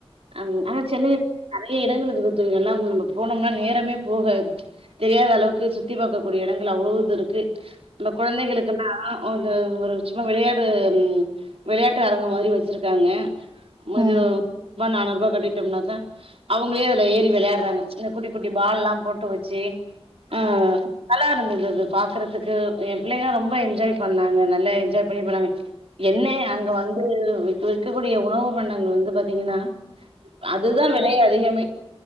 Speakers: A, on the right; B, on the right.
A: ம் ஆனா சென்னைய நறைய இடங்கள் இருக்குதுங்க எல்லாம் நம்ப இப்ப போனோம்னா நேரமே போகாது தெரியாத அளவுக்கு சுத்தி பாக்கக்கூடிய இடங்கள் அவ்ளோது இருக்கு நம்ம குழந்தைகளுக்குல்லா ஒரு ஒரு சும்மா விளையாடு விளையாட்டு அரங்க மாரி வச்சிருக்காங்க மது
B: ம், ம், ம்,
A: முன்நுறுபா நாநுறுபா கட்டிட்டோம்னாக்கா அவுங்களே அதுல ஏறி விளையாடுறாங்க சின்ன குட்டி குட்டி பால்லாம் போட்டு வச்சு ஆ நல்லா இருந்தது அது பாக்குறதுக்கு எ பிள்ளைகல்லா ரொம்ப என்ஜாய் பண்ணாங்க நல்லா என்ஜாய் பண்ணி பன்னாங்க என்ன அங்க வந்து விக்கக்கூடிய உணவு பண்டங்கள் வந்து பாத்தீங்கன்னா அதுதா விலை அதிகமே